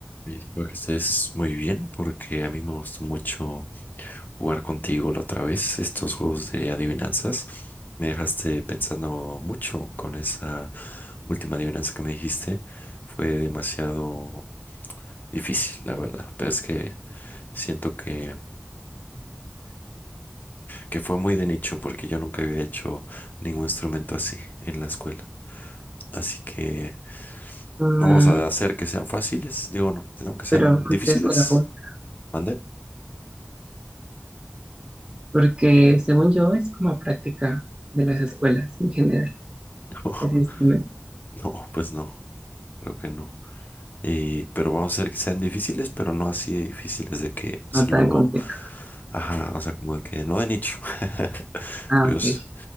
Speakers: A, on the left (about 50°); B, on the right (about 30°).
A: Y Espero que estés muy bien porque a mí me gustó mucho jugar contigo la otra vez, estos juegos de adivinanzas. Me dejaste pensando mucho con esa última adivinanza que me dijiste. Fue demasiado difícil, la verdad. Pero es que siento que, que fue muy de nicho porque yo nunca había hecho ningún instrumento así en la escuela. Así que
B: Mm,
A: vamos a hacer que sean fáciles. Digo, no, tengo que sean
B: pero fuiste
A: difíciles.
B: a escuela pública,
A: ¿Mande?
B: porque según yo es como práctica de las escuelas en general,
A: <laughs>
B: ese instrumento,
A: No, pues no, creo que no. Y, pero vamos a hacer que sean difíciles, pero no así de difíciles de que solo,
B: no tan complicado.
A: ajá, o sea, como de que no de nicho. <laughs>
B: Ah,
A: Dios,
B: ok.